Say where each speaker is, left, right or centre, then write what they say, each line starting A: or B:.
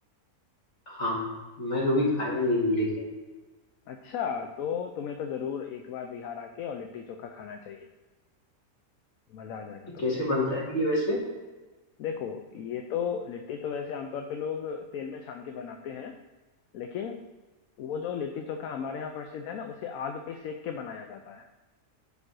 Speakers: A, on the left (about 50°); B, on the left (about 70°).
A: हाँ मैं कभी
B: हाँ
A: खाया नहीं हूँ लेकिन
B: अच्छा तो तुम्हें तो जरूर एक बार बिहार आके और लिट्टी चोखा खाना चाहिए मजा आ जाएगा
A: ये
B: तुमको
A: कैसे बनता है ये वैसे
B: देखो ये तो लिट्टी तो वैसे आमतौर पे लोग तेल में छान के बनाते हैं लेकिन वो जो लिट्टी चोखा हमारे यहाँ प्रसिद्ध है ना उसे आग पे सेक के बनाया जाता है